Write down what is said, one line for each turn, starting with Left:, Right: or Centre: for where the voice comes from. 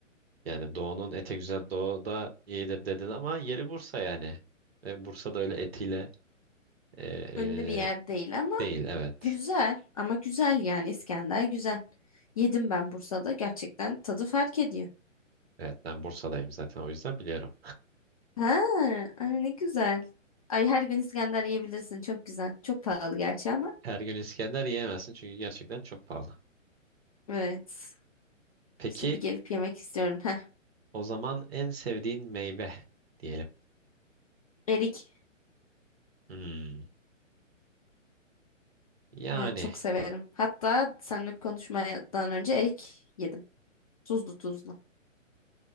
Right: Yani doğunun ete güzel doğu da iyidir dedin ama yeri Bursa yani. Ve Bursa'da öyle etiyle e, e,
Left: ünlü bir yer değil ama
Right: değil evet.
Left: güzel. Ama güzel yani İskender güzel. Yedim ben Bursa'da gerçekten tadı fark ediyor.
Right: Evet ben Bursa'dayım zaten o yüzden biliyorum.
Left: Ha, ay ne güzel. Ay her gün İskender yiyebilirsin. Çok güzel. Çok pahalı gerçi ama.
Right: Her gün İskender yiyemezsin çünkü gerçekten çok pahalı.
Left: Evet.
Right: Peki
Left: İşte bir gelip yemek istiyorum. Heh.
Right: o zaman en sevdiğin meyve diyelim.
Left: Erik.
Right: Hmm. Yani
Left: Evet çok severim. Hatta seninle konuşmadan önce erik yedim. Tuzlu tuzlu.